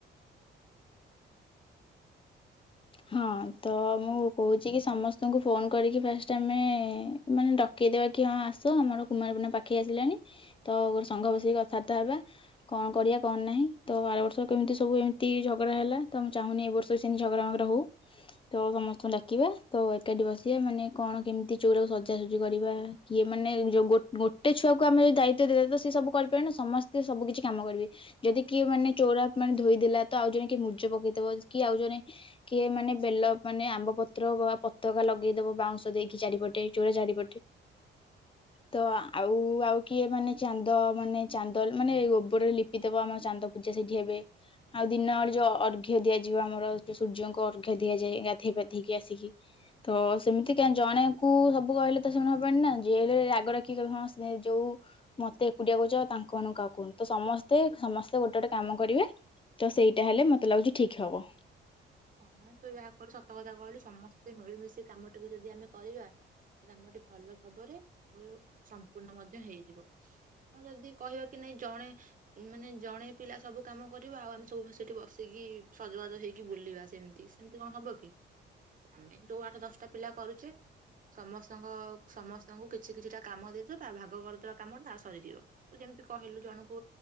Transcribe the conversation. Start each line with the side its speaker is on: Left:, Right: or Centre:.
Left: ହଁ ତ
Right: କଣ
Left: ମୁଁ
Right: କହୁଛୁ?
Left: କହୁଛି କି ସମସ୍ତଙ୍କୁ ଫୋନ କରିକି ଫାଷ୍ଟ ଆମେ ମାନେ ଡକେଇଦବା କି ହଁ ଆସ ଆମର କୁମାର ପୂର୍ଣ୍ଣିମା ପାଖେଇ ଆସିଲାଣି ତ ଗୋଟେ ସଂଘ ବସେଇକି କଥାବାର୍ତ୍ତା ହେବା କଣ କରିବା କଣ ନାହିଁ ତ ଆର ବର୍ଷ କେମିତି ସବୁ ଏମିତି ଝଗଡା ହେଲା ତ ମୁଁ ଚାହୁଁନି ଏ ବର୍ଷ ସେମିତି ଝଗଡ଼ା ହଉ ତ ସମସ୍ତଙ୍କୁ ଡାକିବା ତ ଏକାଠି ବସିବା ମାନେ କଣ କେମିତି ଚଉରାକୁ ସଜାସଜି କରିବା କିଏ ମାନେ ଯୋଉ ଗୋଟେ ଛୁଆକୁ ଆମେ ଯଦି ଦାୟିତ୍ୱ ଦେଇଦିଅନ୍ତେ ତ ସେ ସବୁ କରିପାରିବନି ସମସ୍ତେ ସବୁ କିଛି କାମ କରିବେ ଯଦି କିଏ ମାନେ ଚଉରା ମାନେ ଧୋଇଦେଲା ତ ଆଉ ଜଣେ କି ମୂର୍ଜ ପକେଇଦବ କି ଆଉ ଜଣେ କିଏ ମାନେ ବେଲ ମାନେ ଆମ୍ବ ପତ୍ର ବା ପତାକା ଲଗେଇଦବ ବାଉଁଶ ଦେଇକି ଚାରିପଟେ ଚଉରା ଚାରିପଟେ ତ ଆଉ ଆଉ କିଏ ମାନେ ଚାନ୍ଦ ମାନେ ଚାନ୍ଦ ମାନେ ଗୋବରରେ ଲିପିଦବ ଆମର ଚାନ୍ଦ ପୂଜା ସେଇଠି ହେବେ ଆଉ ଦିନ ଓଳି ଯୋଉ ଅର୍ଘ ଦିଆଯିବ ଆମର ସୂର୍ଯ୍ୟଙ୍କୁ ଅର୍ଘ ଦିଆଯାଏ ଗାଧେଇ ପାଧେଇକି ଆସିକି ତ ସେମିତି କାଇଁ ଜଣେଙ୍କୁ ସବୁ କହିଲେ ତ ସେ ହବନି ନା ଯିଏ ହେଲେବି ଆଗ ଡ଼ାକିକି କହିବ ହଁ ସିଏ ଯୋଉ ମତେ ଏକୁଟିଆ କରୁଛ ତାଙ୍କ ମାନଙ୍କୁ କାହାକୁ କହୁନୁ ତ ସମସ୍ତେ ସମସ୍ତେ ଗୋଟେ ଗୋଟେ କାମ କରିବେ ତ ସେଇଟା ହେଲେ ମତେ ଲାଗୁଛି ଠିକ ହବ।
Right: ହଁ ତୁ ଯାହା କହିଲୁ ସତ କଥା କହିଲୁ ସମସ୍ତେ ମିଳିମିଶି କାମଟିକୁ ଯଦି ଆମେ କରିବା କାମଟି ଭଲ ଭାବରେ ସମ୍ପୂର୍ଣ୍ଣ ମଧ୍ୟ ହେଇଯିବ ଆଉ ଯଦି କହିବା କି ନାଇଁ ଜଣେ ମାନେ ଜଣେ ପିଲା ସବୁ କାମ କରିବ ଆଉ ଆମେ ସବୁ ସେଇଠି ବସିକି ସଜବାଜ ହେଇକି ବୁଲିବା ସେମିତି ସେମିତି କଣ ହବ କି ଆମେ ଯୋଉ ଆଠ ଦଶଟା ପିଲା କରୁଛେ ସମସ୍ତଙ୍କ ସମସ୍ତଙ୍କୁ କିଛି କିଛିଟା କାମ ଦେଇଦବା ଭାଗ କରିଦବା କାମ ଟା ସରିଯିବ ତ ଯେମିତି କହିଲୁ ଜଣଙ୍କୁ